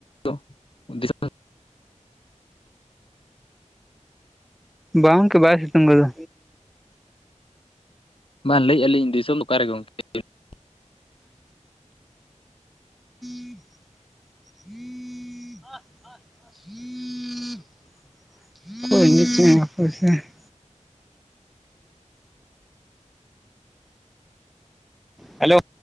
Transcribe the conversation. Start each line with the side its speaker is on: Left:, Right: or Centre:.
Left: ᱫᱚ ᱫᱤᱥᱚᱢ
Centre: ᱵᱟᱝ ᱚᱝᱠᱮ ᱵᱟᱭ ᱥᱤᱛᱩᱝ ᱠᱟᱫᱚ
Left: ᱵᱟᱝ ᱞᱟᱹᱭᱮᱜᱼᱟᱞᱤᱧ ᱫᱤᱥᱚᱢ ᱫᱚ ᱚᱠᱟᱨᱮ ᱜᱚᱝᱠᱮ <inaudible>
Centre: <unintelligible> ᱠᱚᱭᱱ <unintelligible> ᱦᱮᱞᱳ